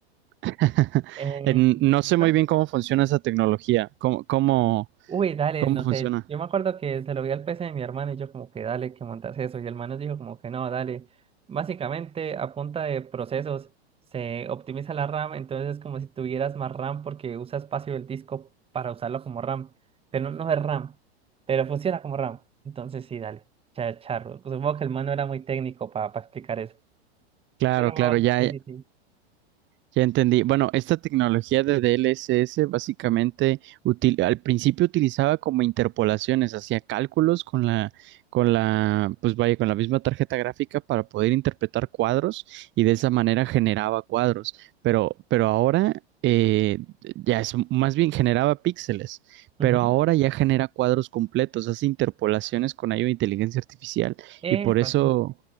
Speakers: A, on the right (about 35°); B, on the right (about 15°).
A: <laughs>
B: Eh,
A: En- No sé
B: ajá.
A: muy bien cómo funciona esa tecnología. ¿Cómo, cómo,
B: Uy, dale,
A: cómo
B: no
A: funciona?
B: sé, yo me acuerdo que se lo vi al PC de mi hermano y yo como que dale, que montas eso, y el man nos dijo como que no, dale, básicamente a punta de procesos se optimiza la RAM, entonces es como si tuvieras más RAM porque usa espacio del disco para usarlo como RAM, pero no, no es RAM, pero funciona como RAM, entonces sí, dale, cha- charro, supongo que el man no era muy técnico para explicar eso,
A: Claro,
B: pero
A: claro, ya,
B: sí, sí, sí.
A: Ya entendí. Bueno, esta tecnología de DLSS básicamente util- al principio utilizaba como interpolaciones, hacía cálculos con la, con la, pues vaya, con la misma tarjeta gráfica para poder interpretar cuadros y de esa manera generaba cuadros. Pero, pero ahora eh, ya es más bien generaba píxeles,
B: Ujú.
A: pero ahora ya genera cuadros completos, hace interpolaciones con ayuda de inteligencia artificial
B: Epa,
A: y por eso
B: sí.